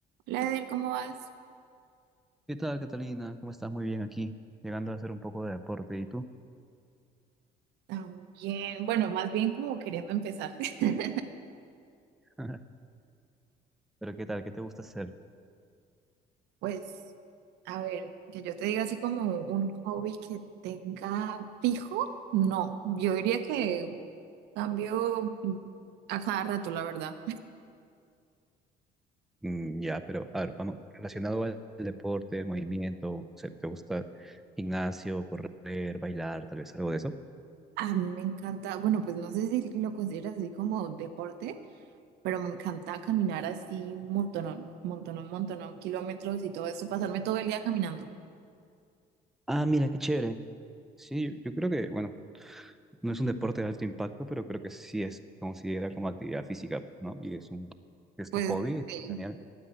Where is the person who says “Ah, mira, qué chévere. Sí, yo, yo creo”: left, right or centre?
Centre